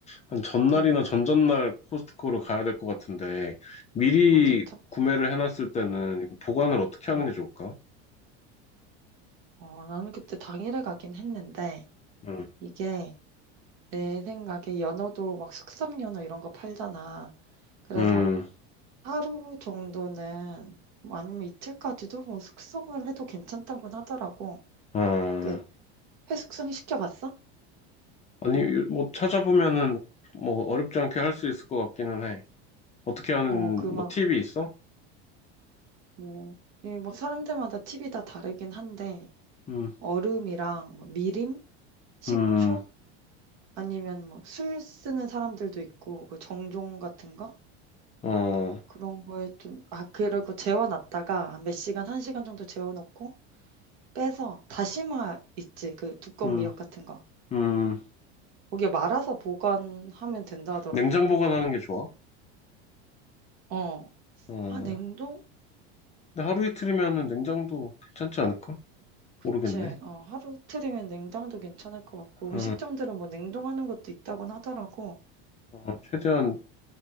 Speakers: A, on the left; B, on the right.
A: 한 전날이나
B: 음,
A: 전전날 코스트코를 가야 될 것 같은데, 미리
B: 아 진짜?
A: 구매를 해놨을 때는 이거 보관을 어떻게 하는
B: 음.
A: 게 좋을까?
B: 어, 나는 그때 당일에 가긴 했는데
A: 음,
B: 이게 내 생각에 연어도 막 숙성 연어 이런 거 팔잖아. 그래서
A: 음,
B: 하루 정도는 뭐 아니면 이틀까지도 뭐 숙성을 해도 괜찮다고는 하더라고.
A: 어.
B: 그 회숙성 시켜봤어?
A: 아니, 뭐 찾아보면은 뭐 어렵지 않게 할 수 있을 것 같기는 해. 어떻게 하는
B: 어, 그 막
A: 뭐 팁이 있어?
B: 뭐, 이 막 사람들마다 팁이 다 다르긴 한데
A: 음,
B: 얼음이랑 뭐 미림, 식초
A: 음,
B: 아니면 뭐 술 쓰는 사람들도 있고 그 정종 같은 거
A: 어,
B: 그런 거에 좀 아 그리고 재워놨다가 한몇 시간 한 시간 정도 재워놓고 빼서 다시마 있지 그 두꺼운
A: 음,
B: 미역 같은 거
A: 음.
B: 거기에 말아서 보관하면 된다 하더라고.
A: 냉장 보관하는 게 좋아.
B: 어.
A: 어,
B: 아, 냉동?
A: 근데 하루 이틀이면은 냉장도 괜찮지 않을까?
B: 그치.
A: 모르겠네.
B: 어, 하루 이틀이면 냉장도 괜찮을 것 같고,
A: 어,
B: 음식점들은 뭐 냉동하는 것도 있다곤 하더라고.
A: 어, 최대한